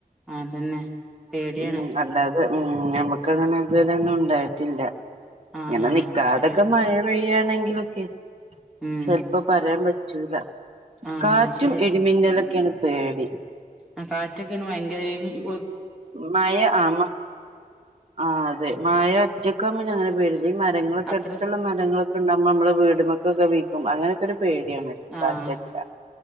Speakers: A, in the centre; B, on the right.
A: അതന്നെ പേടിയാണ്
B: ഉ -അല്ലാതെ മ്മ്- നമുക്ക്ങ്ങനെ ഇതുലൊന്നും ണ്ടായിട്ടില്ല
A: ആഹ്
B: ഇങ്ങനെ
A: ആഹ്
B: നിക്കാതൊക്കെ
A: അത് ശരിയാ
B: മഴ പെയ്യാണെങ്കിലൊക്കെ
A: ഉം
B: ചെലപ്പോ പറിയപറ്റൂല
A: ആഹ്
B: കാറ്റും
A: അത് ശരിയാ
B: ഇടിമിന്നലൊക്കെയാണ് പേടി
A: ആഹ് കാറ്റൊക്കേണ് ഭയങ്കരെയിം ഉം
B: മഴ ആ മ ആ അതെ മഴ ഒറ്റക്കാവുമ്പോ പിന്നെ അങ്ങനെ പേടില്ല ഈ മരങ്ങളൊക്കെ
A: അത്ര
B: എട്ത്തുള്ള മരങ്ങളൊക്കെ ഉണ്ടാവുമ്പോ നമ്മള് വീട്മ്മ കൊക്കെ വികും അങ്ങനൊക്കെ ഒരു പേടിയാണല്ലോ
A: ആഹ്
B: കാറ്റടിച്ചാ